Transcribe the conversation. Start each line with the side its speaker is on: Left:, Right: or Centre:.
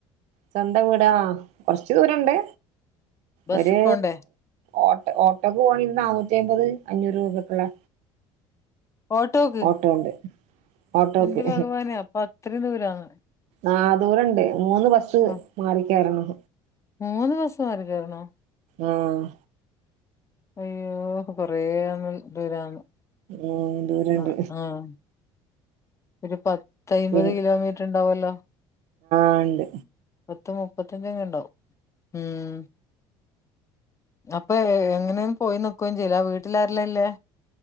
Right: സ്വന്തം വീടാ ആഹ് കൊറച്ച് ദൂരണ്ട്.
Left: ബസ്സി
Right: ഒര്
Left: പോണ്ടേ?
Right: ഓട്ട ഓട്ടോക്ക് പോവാണേ നാനൂറ്റിഅയ്മ്പത് അഞ്ഞൂറ് രൂപക്ക്ള്ളെ
Left: ഓട്ടോക്ക്
Right: ഓട്ടോ ഉണ്ട്. ഓട്ടോക്ക്
Left: എന്റെ ഭഗവാനെ അപ്പൊ അത്രയും ദൂരാന്ന്.
Right: ആഹ് ദൂരണ്ട് മൂന്ന് ബസ്
Left: ആ
Right: മാറിക്കേറണം.
Left: മൂന്ന് ബസ്സ്‌ മാറി കേറണോ
Right: ആഹ്
Left: അയ്യോ കൊറേ ദൂരാന്ന്
Right: ഉം ദൂരണ്ട്
Left: ആഹ് ആഹ് ഒരു പത്തയിമ്പത്
Right: പി
Left: കിലോമീറ്റർ ഇണ്ടാവലോ
Right: ആഹ് ഇണ്ട്
Left: പത്ത് മുപ്പത്തഞ്ച് ഇണ്ടാവും ഉം അപ്പൊ എങ്ങനെ പോയി നിക്കൊന്നും ചെയ്യില്ല വീട്ടില് ആരെല്ല ഇള്ളെ